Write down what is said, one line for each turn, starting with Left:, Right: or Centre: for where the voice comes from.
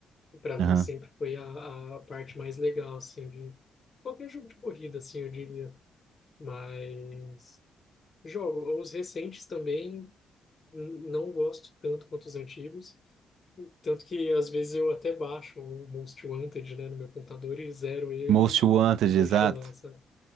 Left: Para
Right: Aham.
Left: mim sempre foi a, a parte mais legal, assim, de qualquer jogo de corrida, assim, eu diria. Mas jogo, os recentes também n- não gosto tanto quanto os antigos. Tanto que às vezes eu até baixo o Most Wanted, né, no meu computador e zero ele
Right: Most Wanted,
Left: e deixo
Right: exato.
Left: ele lá, sabe?